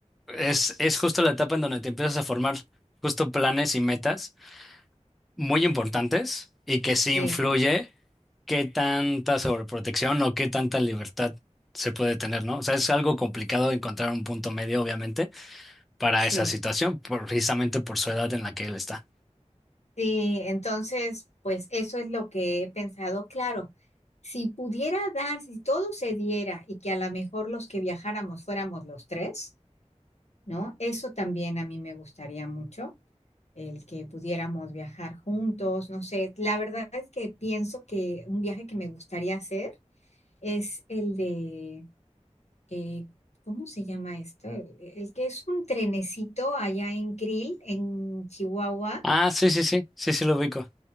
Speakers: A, in the centre; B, on the left.
A: Es, es justo la etapa en donde te empiezas a formar justo planes y metas muy importantes y que sí
B: sí,
A: influye qué tanta sobreprotección o qué tanta libertad se puede tener, ¿no? O sea, es algo complicado encontrar un punto medio, obviamente, para
B: sí.
A: esa situación, por- precisamente por su edad en la que él está.
B: Sí, entonces, pues eso es lo que he pensado. Claro, si pudiera dar, si todo se diera y que a lo mejor los que viajáramos fuéramos los tres, ¿no? Eso también a mí me gustaría mucho, el que pudiéramos viajar juntos, no sé. La verdad es que pienso que un viaje que me gustaría hacer es el de, eh, ¿cómo se llama esto? El, el que es un trenecito allá en Krill, en Chihuahua
A: Ah, sí, sí, sí, sí, sí lo ubico.